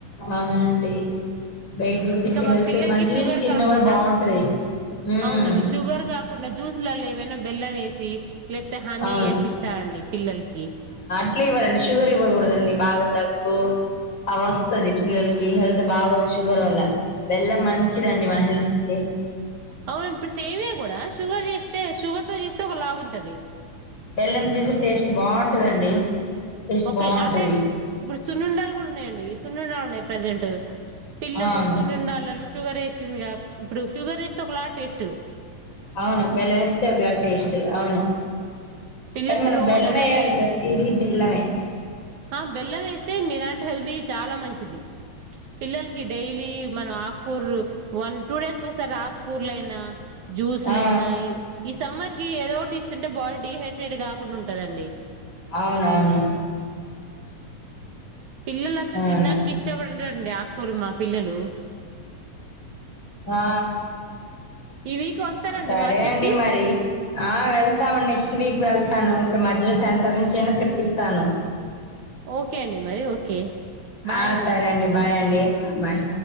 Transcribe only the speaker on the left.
అవునండి బీట్రూట్ తింటే
హెల్త్
మంచిది
స్కిన్
కూడా బాగుంటది మ్
అవును
ఇట్లా ఇవ్వాలండి షుగర్ ఇవ్వకూడదండి బాగా తక్కువ అ వస్తుది పిల్లలకి హెల్త్ బాగదు షుగర్ వల్ల వెళ్ళ మంచిదండి మన హెల్త్ కి
బెల్లం తీసి టేస్ట్ బాగుంటదండి టేస్ట్
బాగుంటది
అవును
అవును బెల్లం వేస్తే ఒకలా టేస్ట్ అవును
కానీ మనం
బెల్లం
వేయాలి ప్రతిదీ బెల్లమే
ఆ
అవునవును
అవును
వా
సరే
అండి
మరి ఆ వెళ్తాము నెక్స్ట్ వీక్ వెళ్తా స్తాను ఇక మధ్యలో సెంటర్ నుంచి అయినా తెప్పిస్తాను
ఆ
సరే బాయ్ అండి బాయ్